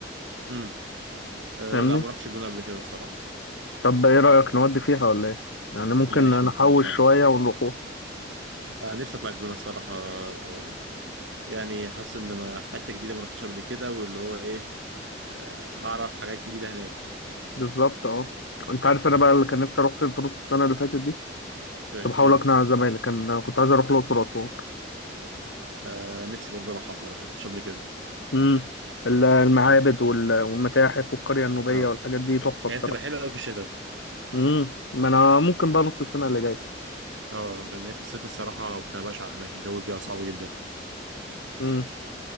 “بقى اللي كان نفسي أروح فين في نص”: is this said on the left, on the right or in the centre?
Left